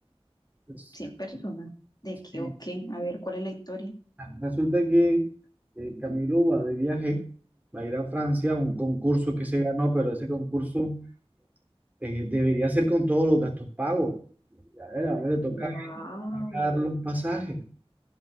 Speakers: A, on the right; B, on the left.
A: Pues,
B: Cien personas. ¿De qué
A: y,
B: o qué? A ver, ¿cuál es la historia?
A: ah, resulta que eh, Camilo va de viaje, va a ir a Francia a un concurso que se ganó, pero ese concurso eh, debería ser con todos los gastos pagos. Y, A ver, ahora le toca
B: Wow.
A: pagar los pasajes